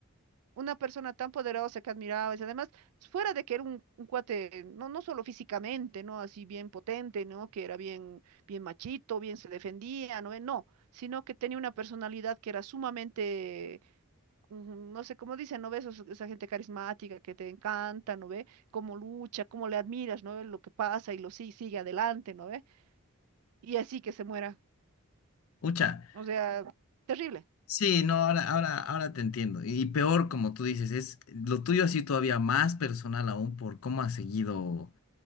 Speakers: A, on the right; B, on the left.
A: una persona tan poderosa que admirabas, y además, fuera de que era un, un cuate, no, no solo físicamente, ¿no? Así bien potente, ¿no? Que era bien, bien machito, bien se defendía, ¿no? ve? No, sino que tenía una personalidad que era sumamente, mm, no sé cómo dicen, ¿no ves? Esos- Esa gente carismática que te encanta, ¿no ve? Cómo lucha, cómo le admiras, ¿no ve? Lo que pasa y lo sí, sigue adelante, ¿no ve? Y así que se muera.
B: Ucha.
A: O sea, terrible.
B: Sí, no, ahora, ahora, ahora te entiendo. Y peor, como tú dices, es lo tuyo así todavía más personal aún por cómo has seguido